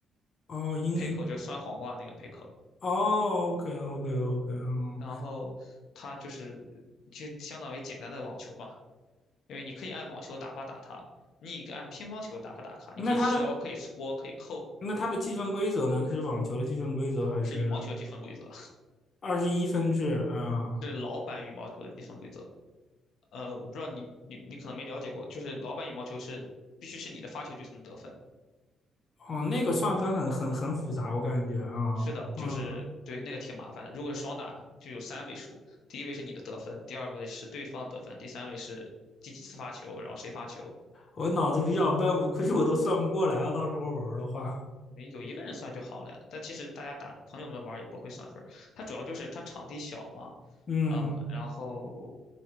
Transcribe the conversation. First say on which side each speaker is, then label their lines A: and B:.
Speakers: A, on the left; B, on the left.
A: 哦，英译
B: ball，pickle 就是酸黄瓜那个 pickle，
A: 哦，OK OK OK，哦，
B: 然后它就是就相当于简单的网球吧，因为你可以按网球打法打它，你也可以按乒乓球打法打它，
A: 那它的
B: 你可以削，可以搓，可以扣，
A: 那它的计分规则呢？它是网球的计分规则还是
B: 是羽毛球积分规则，
A: 二十一分制啊？
B: 是老版羽毛球的积分规则。呃，我不知道你你你可能没了解过，就是老版羽毛球是必须是你的发球局才能得分，
A: 哦，那个算分很很很复杂，我感觉啊，
B: 是的，
A: 嗯，
B: 就是对那个挺麻烦的。如果是双打，就有三位数，第一位是你的得分，第二位是对方得分，第三位是第几次发球，然后谁发球，
A: 我脑子比较笨，我估计我都算不过来了，到时候玩儿的话，
B: 没有一个人算就好了呀。但其实大家打朋友们玩儿也不会算分儿，它主要就是它场地小嘛，
A: 嗯，
B: 嗯，然后